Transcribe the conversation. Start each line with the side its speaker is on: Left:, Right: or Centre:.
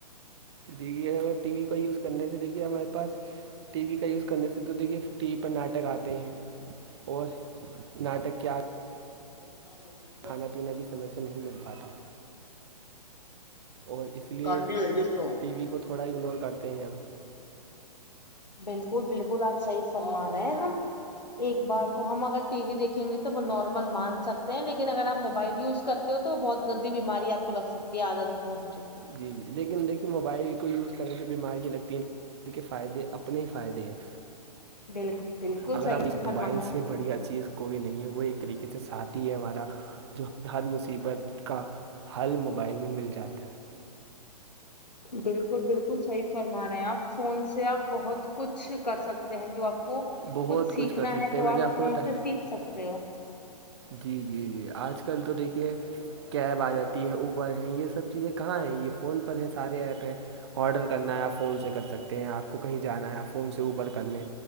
Right: دیے اگر ٹی وی کو یوز کرنے سے دیکھیے ہمارے پاس- ٹی وی کا یوز کرنے سے تو دیکھیے ٹی وی پر ناٹک آتے ہیں اور ناٹک کیا-
Left: <inaudible>
Right: کھانا پینا بھی سمے سے نہیں مل پاتا- اور اس لیے
Left: کاٹنی رہے گی اس کو
Right: ٹی وی کو تھوڑا اگنور کرتے ہیں ہم-
Left: بالکل- بالکل آپ صحیح فرما رہے ہیں ہم- ایک بار کو ہم اگر ٹی وی دیکھیں گے تو وہ نارمل مان سکتے ہیں لیکن اگر آپ موبائل یوز کرتے- ہو تو وہ بہت گندی بیماری آ کو لگ سکتی ہے عادت پونچ کی-
Right: جی- جی لیکن دیکھیے موبائل کو یوز کرنے سے بیماریاں لگتی ہیں- ب کے فائدے اپنے ہی فائدے ہیں-
Left: بالکل- بالکل
Right: اگر
Left: صحیح
Right: اب
Left: فرمایا
Right: موبائل
Left: آپ
Right: سے بڑھیا
Left: نے
Right: چیز کوئی نہیں ہے وہ ایک طریقے سے ساتھی ہے ہمارا- جو ہر مصیبت کا حل موبائل میں مل جاتا ہے-
Left: بالکل- بالکل صحیح فرما رہے ہیں آپ فون سے آپ بہت کچھ کر سکتے- جو آپ کو
Right: بہت
Left: کچھ سیکھنا
Right: کر سکتے
Left: ہے
Right: ہیں
Left: تو
Right: میں نے
Left: آپ فون
Right: کو بتایا
Left: سے سیکھ سکتے ہو-
Right: جی- جی- جی آج کل تو دیکھیے- کیب آ جاتی ہے اوبر ہیں یہ سب چیزیں کہاں ہیں یہ فون پر ہیں سارے ایپ ہیں آرڈر کرنا ہے پ فون سے کر سکتے ہیں آپ کو کہیں جانا ہے آپ فون سے اوبر کر لیں-